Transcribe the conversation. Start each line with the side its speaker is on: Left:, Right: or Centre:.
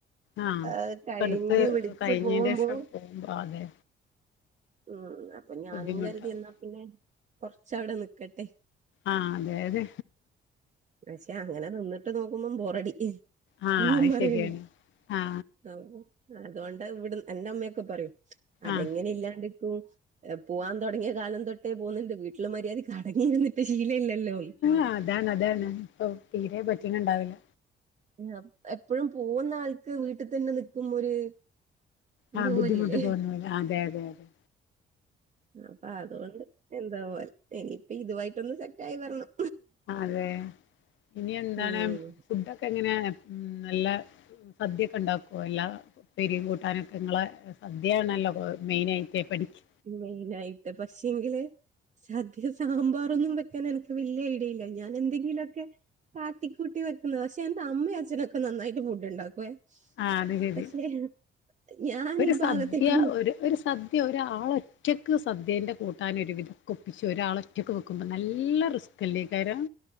Left: ആ
Right: ഏ്ഹ് കഴിഞ്ഞി
Left: ഒക്കെ എടുത്ത്
Right: വിടിച്ച്
Left: കഴിഞ്ഞതിൻ്റെ
Right: പോവുമ്പോ
Left: ശേഷം പോകുമ്പോൾ അതെ
Right: ഉം അപ്പൊ ഞാനും
Left: ബുദ്ധിമുട്ടാവും
Right: കരുതി എന്നാ പിന്നെ കൊറച്ചവിടെ നിക്കട്ടെ.
Left: ആഹ് അതായത്
Right: പക്ഷെ അങ്ങനെ നിന്നിട്ട് നോക്കുമ്പം ബോറടി.
Left: ആ
Right: ഒന്നും
Left: അത്
Right: പറയണ്ട.
Left: ശരിയാണ് ആ
Right: ആഹ് അതോണ്ടാ ഇവ്ട് എന്റെ ഉമ്മയൊക്കെ പറയും അതെങ്ങനെ
Left: ആ
Right: ഇല്ലാണ്ട്ക്കും. പോവാൻ തുടങ്ങിയ കാലം തൊട്ടേ പോകുന്നുണ്ട് വീട്ടില് മര്യാദ അടങ്ങി ഇരുന്നിട്ട് ശീല ഇല്ലല്ലോന്ന്.
Left: ആ അതാണ് അതാണ് ഇപ്പൊ തീരെ പറ്റ്ണ് ണ്ടാവില്ല.
Right: ആഹ് എപ്പഴും പോവുന്ന ആൾക്ക് വീട്ട് തന്നെ നിക്കുംമ്പൊര് എന്തോ
Left: ആ ബുദ്ധിമുട്ട്
Right: പോലില്ലേ,
Left: തോന്നൂല അതെ അതെ അതെ
Right: അപ്പൊ അതുകൊണ്ട്. എന്തോ പോലെ. ഇനിയിപ്പ ഇതുവായിട്ടൊന്ന് സെറ്റ് ആയി വരണം.
Left: അതെ. ഇനി എന്താണ്
Right: ഉം
Left: ഫുഡൊക്കെ എങ്ങനെ എ ഉം നല്ല സദ്യൊക്കെണ്ടാക്കോ എല്ലാ ഉപ്പേരിം കൂട്ടാനൊക്കെ ഇങ്ങളെ സദ്യേണല്ലോ കൊ മെയിനായിറ്റ് പഠിക്-
Right: മെയിനായിട്ട് പക്ഷെങ്കില് സദ്യ സാമ്പാറൊന്നും വെക്കാൻ എനക്ക് വെല്യ ഐ ഡില്ല. ഞാൻ എന്തെങ്കിലൊക്കെ കാട്ടിക്കൂട്ടി വെക്കുന്നതാ. പക്ഷെ എന്റെ അമ്മയും അച്ഛനും ഒക്കെ നന്നായിട്ട് ഫുഡ്ണ്ടാക്കുവേ.
Left: ആ അത് ശരി
Right: പക്ഷെ ഞാൻ
Left: ഒരു
Right: ഈ ഭാഗത്തേക്ക്
Left: സദ്യ
Right: ഒന്നും
Left: ഒരു ഒരു സദ്യ ഒരാളൊറ്റക്ക് സദ്യന്റെ കൂട്ടാൻ ഒരു വിധൊക്കെ ഒപ്പിച്ചൊ ഒരാളൊ റ്റക്ക് വെക്കുമ്പം നല്ല റിസ്ക്കല്ലേക്കാരം.